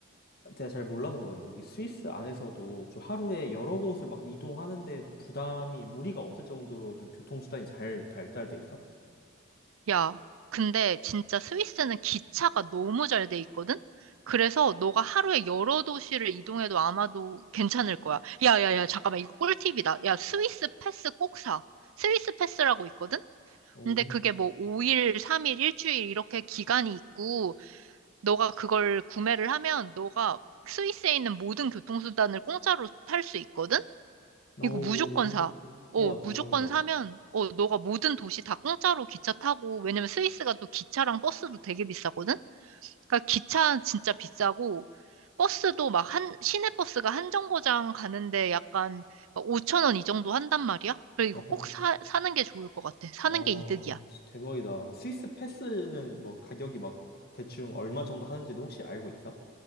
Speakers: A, on the left; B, on the right.
A: 제가 잘 몰라서 그러는데 이 스위스 안에서도 좀 하루에 여러 곳을 막 이동하는데도 부담이 무리가 없을 정도로 좀 교통수단이 잘 발달돼 있어?
B: 야, 근데 진짜 스위스는 기차가 너무 잘 돼 있거든? 그래서 너가 하루에 여러 도시를 이동해도 아마도 괜찮을 거야. 야, 야, 야, 잠깐만. 이거 꿀팁이다. 야, 스위스 패스 꼭 사. 스위스 패스라고 있거든?
A: 오,
B: 근데 그게 뭐 5일, 3일, 일주일 이렇게 기간이 있고, 너가 그걸 구매를 하면 너가 스위스에 있는 모든 교통수단을 공짜로 탈 수 있거든?
A: 오,
B: 이거 무조건 사. 어,
A: 우와,
B: 무조건
A: 대박이다.
B: 사면, 어, 너가 모든 도시 다 공짜로 기차 타고, 왜냐면 스위스가 또 기차랑 버스도 되게 비싸거든? 그러니까 기차 진짜 비싸고, 버스도 막 한, 시내 버스가 한 정거장 가는데 약간 5천 원 이 정도 한단 말이야? 그래, 이거
A: <laughs>
B: 꼭 사, 사는 게 좋을 것 같아. 사는
A: 아,
B: 게 이득이야.
A: 진짜 대박이다. 스위스 패스는 뭐 가격이 막 대충 얼마 정도 하는지도 혹시 알고 있어?